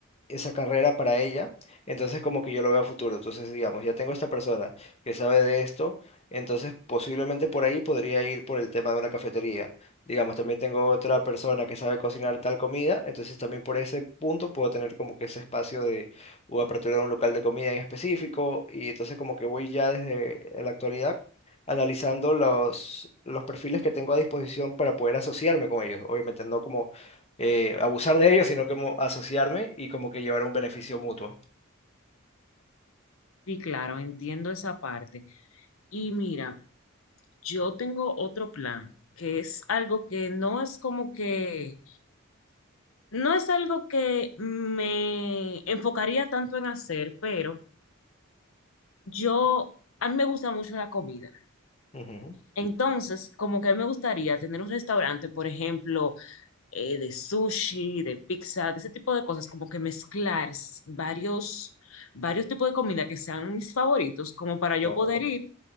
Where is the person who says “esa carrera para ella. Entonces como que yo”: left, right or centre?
Left